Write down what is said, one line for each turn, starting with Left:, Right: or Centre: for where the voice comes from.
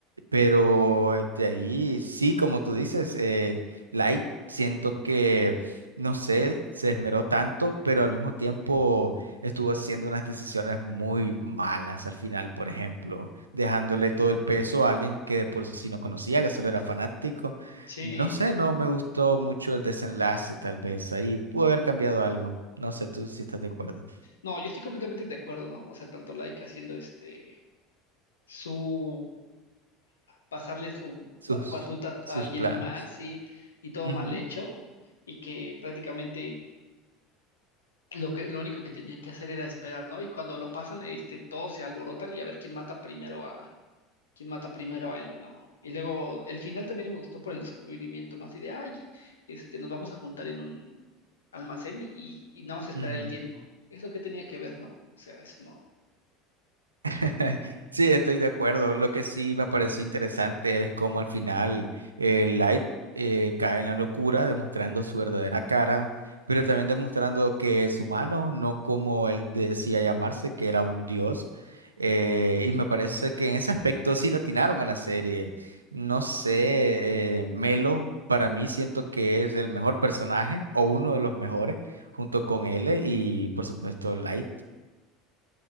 Right: Pero de ahí, sí, como tú dices, el Light, siento que, no sé, se esmeró tanto, pero al mismo tiempo estuvo haciendo unas decisiones muy malas al final, por ejemplo, dejándole todo el peso a alguien que de por sí no conocía, que solo era fanático.
Left: Sí.
Right: No sé, no me gustó mucho el desenlace, tal vez ahí pudo haber cambiado algo. No sé tú si estás de acuerdo.
Left: No, yo estoy completamente de acuerdo, ¿no? O sea, tanto Laika haciendo este su pasarle su
Right: Sus,
Left: ba- batuta
Right: sus
Left: a alguien
Right: planes.
Left: más y, y todo
Right: Ujú,
Left: mal hecho y que prácticamente lo que, lo único que tenían que hacer era esperar, ¿no? Y cuando lo pasan, este, todos se alborotan y a ver quién mata primero a, quién mata primero a él, ¿no? Y luego el final también me gustó por el descubrimiento, ¿no? Así de, ay, este, nos vamos a juntar en un almacén y, y, y nada más esperar
Right: ujú.
Left: el tiempo. ¿Eso qué tenía que ver, no? O sea, eso no.
Right: <laughs> Sí, estoy de acuerdo. Lo que sí me pareció interesante es cómo al final eh, Light eh, cae en la locura, demostrando su verdadera cara, pero también demostrando que es humano, no como él decía llamarse, que era un dios. Eh, y me parece que en ese aspecto sí le atinaron a la serie. No sé, eh, Melo, para mí siento que es el mejor personaje o uno de los mejores, junto con L y por supuesto Light.